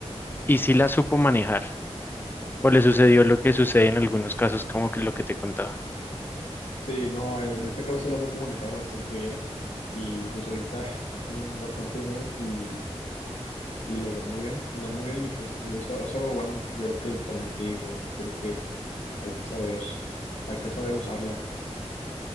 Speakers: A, on the left; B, on the left.
A: ¿Y si la supo manejar? ¿O le sucedió lo que sucede en algunos casos, como que lo que te contaba?
B: Sí, no, en en este caso sí la supo manejar bastante bien y pues ahorita <laughs> tienen bastante dinero y, y les da muy bien, les da muy bien y pues es, es- es algo bueno. Yo creo que también te digo, yo creo que hay que saber, hay que saber usarla.